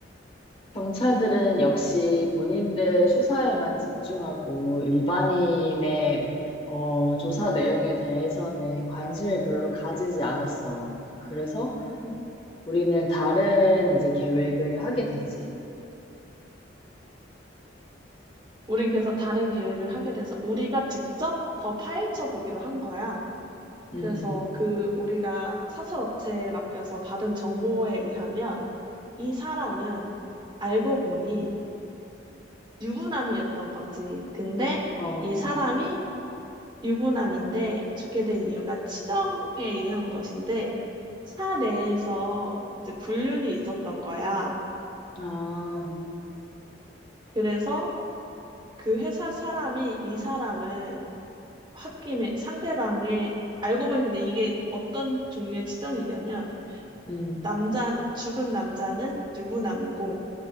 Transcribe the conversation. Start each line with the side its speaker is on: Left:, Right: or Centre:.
Left: 경찰들은 역시 본인들 수사에만 집중하고 일반인의 어, 조사 내용에 대해서는 관심을 별로 가지지 않았어. 그래서
Right: 응,
Left: 우리는 다른 이제 계획을 하게 되지.
Right: 우린 그래서 다른 계획을 하게 돼서 우리가 직접 더 파헤쳐 보기로 한 거야.
Left: 응응.
Right: 그래서 그 우리가 사설업체에 맡겨서 받은 정보에 의하면 이 사람은 알고 보니 유부남이었던 거지. 근데
Left: 어,
Right: 이 사람이 유부남인데 죽게 된 이유가 치정에 의한 것인데 사 내에서 이제 불륜이 있었던 거야.
Left: 아,
Right: 그래서 그 회사 사람이 이 사람을 홧김에 상대방의 알고 보니 근데 이게 어떤 종류의 치정이냐면
Left: 응응.
Right: 남자, 죽은 남자는 유부남이고,